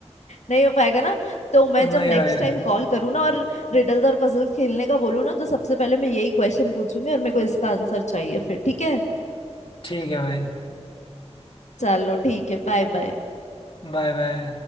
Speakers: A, on the left; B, on the left.
A: नहीं हो पाएगा ना तो मैं
B: नहीं
A: जब नेक्स्ट
B: भाई
A: टाइम कॉल करूँ ना और रिडल्स और पजल्स खेलने का बोलूँ ना तो सबसे पहले मैं यही क्वेश्चन पूछूंगी और मेरे को इसका आंसर चाहिए फिर ठीक है
B: ठीक है भाई
A: चलो ठीक है बाय बाय
B: Bye bye